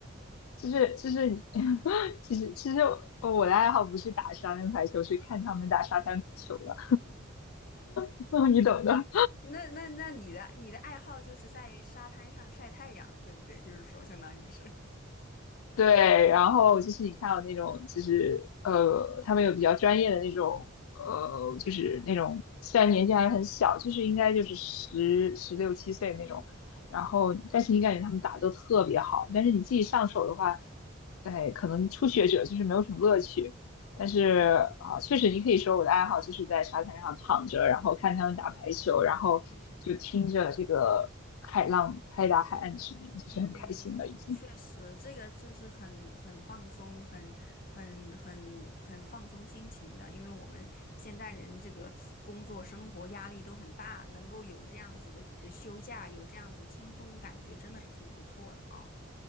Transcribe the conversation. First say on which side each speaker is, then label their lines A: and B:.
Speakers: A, on the left; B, on the left.
A: 就是就是你，<laughs> 其实其实我的爱好不是打沙滩排球，是看他们打沙滩排球了，<laughs> 你懂的。
B: 那那那你的你的爱好就是在沙滩上晒太阳，对不对？就是说，相当于是，
A: 对，然后就是你看到那种，就是呃，他们有比较专业的那种，呃，就是那种虽然年纪还很小，就是应该就是十十六七岁那种，然后但是你感觉他们打得都特别好，但是你自己上手的话，哎，可能初学者就是没有什么乐趣。但是啊，确实你可以说我的爱好就是在沙滩上躺着，然后看他们打排球，然后就听着这个海浪拍打海岸的声音，
B: 嗯，
A: 就是很开心了已经。
B: 嗯，确实，这个就是很很放松，很很很很放松心情的，因为我们现在人这个工作生活压力都很大，能够有这样子的呃休假，有这样子轻松感觉，真的是挺不错的啊。